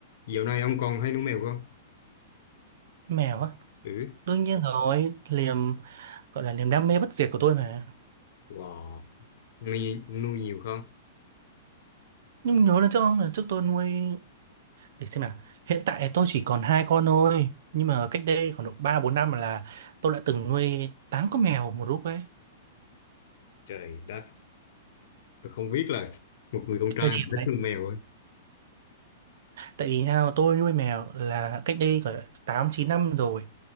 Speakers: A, on the left; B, on the right.
A: Dạo này ông còn hay nuôi mèo không?
B: Mèo á,
A: Ừ,
B: đương nhiên rồi, liềm gọi là niềm đam mê bất diệt của tôi mà.
A: Wow, ông nuôi, ông nuôi nhiều không?
B: Nhưng nhớ lần trước không là trước tôi nuôi để xem nào. Hiện tại tôi chỉ còn hai con thôi, nhưng mà cách đây khoảng độ 3 4 năm là tôi đã từng nuôi 8 con mèo một lúc ấy.
A: trời đất. Tôi không biết là một người con
B: Cái
A: trai
B: Thời điểm
A: mà thích
B: đấy,
A: nuôi mèo ấy.
B: tại vì nào tôi nuôi mèo là cách đây khoảng 8 9 năm rồi.